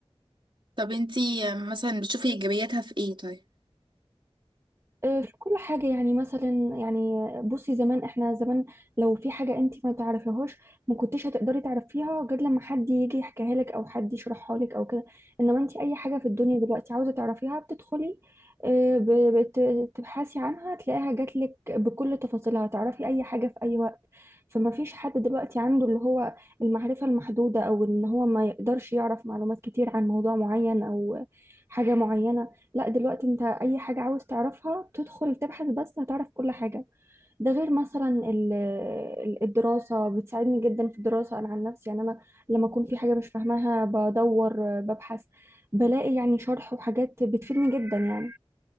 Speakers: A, on the right; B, on the right.
A: طب انتي مثلا بتشوفي ايجابياتها في ايه طيب
B: آه، في كل حاجة يعني مثلا يعني بصي زمان احنا زمان لو في حاجة انت ما تعرفيهاش ما كنتش هتقدري تعرفيها غير لما حد يجي يحكيها لك او حد يشرحها لك او كده انما انت اي حاجة في الدنيا دلوقتي عاوزة تعرفيها بتدخلي آه، ب- بت- بتبحثي عنها تلاقيها جات لك بكل تفاصيلها تعرفي اي حاجة في اي وقت فما فيش حد دلوقتي عنده اللي هو المعرفة المحدودة او ان هو ما يقدرش يعرف معلومات كتير عن موضوع معين او حاجة معينة لا دلوقتي انت اي حاجة عاوز تعرفها تدخل تبحث بس هتعرف كل حاجة ده غير مثلا ال- ال- الدراسة بتساعدني جدا في الدراسة انا عن نفسي يعني انا لما اكون في حاجة مش فاهماها بدور ببحث بلاقي يعني شرح وحاجات بتفيدني جدا يعني